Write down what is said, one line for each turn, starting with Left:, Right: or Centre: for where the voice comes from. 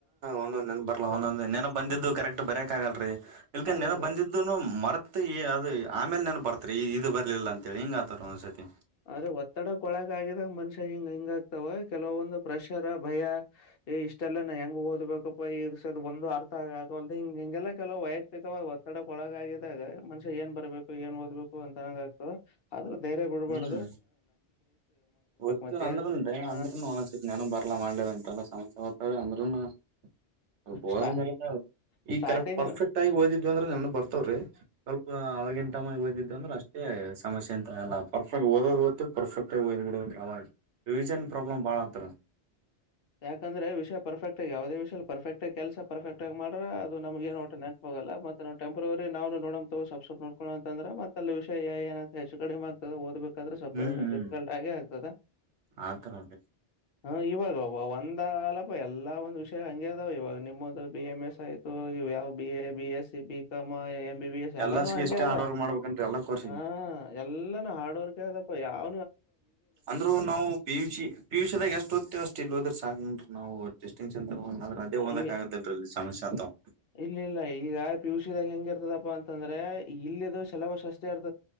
Right: ಒಂದೊಂದ್ ನ ಬರ್ಲಾ
Left: ಹ,
Right: ಒಂದೊಂದ್ ನೆನ ಬಂದಿದ್ದು
Left: ಹ,
Right: ಕರೆಕ್ಟ್ ಬರಕ್ ಆಗಲ್ರರಿ ಇ
Left: ಆಗಲ್ಲ
Right: ನೆನ ಬಂದಿದ್ದುನು ಮರತ್ ಅದು ಆಮೇಲೆ ನೆನನ್ ಬರ್ತ ಇದು ಬರ್ಲಿಲ್ಲ ಅಂತೇಳಿ ಹಿಂಗ ಆತಾರ ಒಂದ್ಸತಿ
Left: ಅದ್ರೆ ಒತ್ತಡಕ್ಕ ಒಳಕ್ ಆಗಿದಾಗ ಮನುಷ್ಯ ಹಿಂಗ ಹಿಂಗ ಆಗ್ತಾವ ಕೆಲವೊಂದು ಪ್ರೆಷರ್ ಭಯ ಇಷ್ಟೆಲ್ಲ ನಾ ಹೆಂಗ ಓದ್ಬೇಕಪ್ಪ ಈ ಅ ಒಂದು ಅರ್ಥ ಆಗಲ್ ಹಿಂಗ ಹಿಂಗೆಲ್ಲ ಕೆಲವು ವೈಯಕ್ತಿಕವಾದ ಒತ್ತಡಕ್ಕೆ ಒಳಗಾಗಿದಾಗ ಮನುಷ್ಯ ಏನ್ ಬರ್ಬೇಕು ಏನ್ ಓದ್ಬೇಕು ಅಂತನಂಗ ಆಗ್ತು ಆದ್ರೆ ಬೇರ ಬಿಡು ಮಾಡ
Right: ಹ್ಮ್ ತ್ತ
Left: ಮತ್ತೆ
Right: ಅಂದ್ರರುನ್
Left: ಹ
Right: ಅಂದ್ರೂನು ಒನಸತಿ ನಾನು ಬರ್ಲ್ಲಾ ಮಾಡ್ಲಂಟಲ್ಲ ಸಮಸ್ಯ ಅಂದ್ರದ
Left: ಸ್ಟಾ
Right: ಮೇಲೆ ಈ
Left: ಸ್ಟಾರ್ಟಿಂಗ್
Right: ಕರೆಕ್ಟ್ ಪರ್ಫೆಕ್ಟ್ ಆಗಿ ಓದಿದ್ವ ಅಂದ್ರ ಬರ್ತವ್ರೀ ಸ್ವಲ್ಪ ಅವಗಿನಟಮ ಯದಿದ್ದು ಅ್ರ ಅಷ್ಟೇ ಸಮಸ್ಯೆ ಅಂತ ಲಾಭ ಪರ್ಫೆಕ್ಟ್ ಓದೋದು ಗತ್ತು ಪರ್ಫೆಕ್ಟ ಆಾಗಿ ಓದ್ಬ ಬಿಡಾಗ ರಿವಿಜನ್ ಪ್ರಾಬ್ಲಮ್ ಬಾಳ ಹತ್ರ
Left: ಯಾಕಂದ್ರೆ ವಿಷಯ ಪರ್ಫೆಟ್ ಆಗ ಯವುದ ವಿಯ ಪರ್ಫೆಕ್ಟ್ ಆ ಕೆಲಸ ಪರ್ಫೆಕ್ ಆಗಿ ಮಾಡ ಅದು ನಮಗ ಏನ್ಟ್ಟ ನೆನಪೋಗಲ್ಲ ಮತ್ತೆ ನೋ ಟೆಂರಿ ನವು ನೋಡೋ ಸಬ್ಸ್ಕ್ರೈಬ್ ನೋಕೋ ಅಂದ್ರ ಮತ್ತ ಅಲ್ಲಿ ವಿಷಯ ಏ ಹೆಚ್ಚ ಕಡಿಮೆಗ್ದೆ ಓದಬೇಕು ಸ್ವಲ್ಪ
Right: ಹ್ಮ್ ಹ್ಮ್
Left: ಡಿಫಿಕಲ್ಟ್ ಆಗೆ ಆಗ್ತದ
Right: ಆತರ
Left: ಹ ಇವಾಗ ಒಂದ ಅಲಪ ಎಲ್ಲಾ ಒಂದ್ ವಿಷಯ ಹಂಗೆ ಅದಾವ ಇವಾಗ ನಿಮ್ಮದು ಬಿ ಎಂ ಎಸ್ ಆಯ್ತು ಇ ಯಾವ್ ಬಿ ಎ ಬಿ ಎಸ್ ಸಿಬಿಕಾಯ ಎಂ ಎಸ್ ಎಲ್ಲಾನು
Right: ಎಲ್ಲಸ್ಗೂ
Left: ಹಗೆ
Right: ಇಷ್ಟೇ
Left: ಅದ
Right: ಹಾರ್ಡ್ವರ್ಕ್ ಮಾಡ್ಬೇಕಂತ್ರಿ ಎಲ್ಲಾ ಕೋರ್ಸಿಗಿ.
Left: ಹ ಎಲ್ಲಾನು ಹಾರ್ಡ್ ವರ್ಕ್ ಅದ ಯಾವ
Right: ಅಂದ್ರು ನಾವು ಪಿಯ ಯುಷಿ ಪಿಯುಷಿದಾಗ ಎಷ್ಟು ಅಷ್ಟ ಇಲ್ಲಿ ಹೋದ್ರ ಸಾಕ ನಾವು ಡಿಸ್ಟಿಂಕ್ಷನ್ ತರಬೇಕ್ ಅಂದ್ರ ಅದೇ ಓದಕ್
Left: ಈ
Right: ಆಗದಿಲ್ರಿ ಇಲ್ಲಿ ಸಮಸ್ಯೆ ಆತಾವ್.
Left: ಇಲ್ಲ ಇಲ್ಲ ಈಗ ಪಿುಸಿದಾಗ ಹೆಂಗ ಇರ್ತದ ಅಂತಂದ್ರೆ ಇಲ್ಲಿದು ಶೆಲಬಷ ಅಷ್ಟೇ ಅರ್ತ